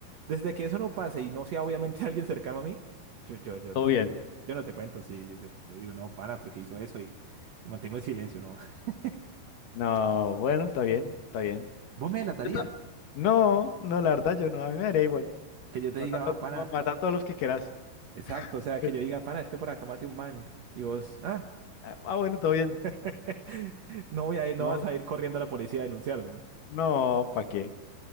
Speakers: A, on the right (about 65°); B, on the left (about 65°).
A: Desde que eso no pase y no sea obviamente <laughs> alguien cercano a mí, yo, yo, yo.
B: Todo bien.
A: Yo no te cuento, sí, yo, yo digo, no, pana, porque hizo eso y mantengo el silencio, ¿no? <laughs>
B: No, bueno, está bien, está bien.
A: Vos me delatarías,
B: Yo ta- No, no, la verdad, yo no. A mí me daría igual.
A: que yo te
B: Mata
A: diga,
B: a, to-
A: oh, pana,
B: ma- mata a todos los que quieras.
A: exacto, o sea, que
B: <laughs>
A: yo diga, pana, es que por acá maté un man y vos, ah,
B: Ah, bueno, todo bien.
A: <laughs> no voy a ir, no
B: No,
A: vas a ir corriendo a la policía a denunciarme, ¿no?
B: no, ¿para qué?